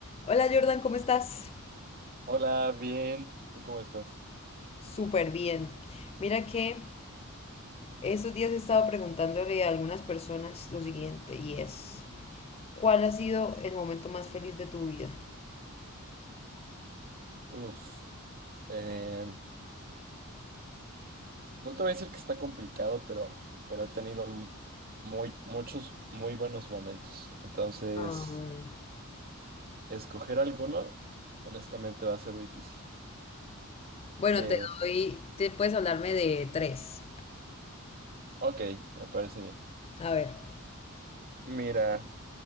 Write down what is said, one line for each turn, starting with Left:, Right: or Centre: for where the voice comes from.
Left: Hola Jordan, ¿cómo estás?
Right: Hola, bien. ¿Tú cómo estás?
Left: Súper bien. Mira que estos días he estado preguntándole a algunas personas lo siguiente y es, ¿cuál ha sido el momento más feliz de tu vida?
Right: Uf, em, no te voy a decir que está complicado, pero, pero he tenido m- muy, muchos muy buenos momentos. Entonces,
Left: Ay.
Right: escoger alguno, honestamente, va a ser difícil.
Left: Bueno,
Right: Eh,
Left: te doy, te puedes hablarme de tres.
Right: ok, me parece bien.
Left: A ver.
Right: Mira,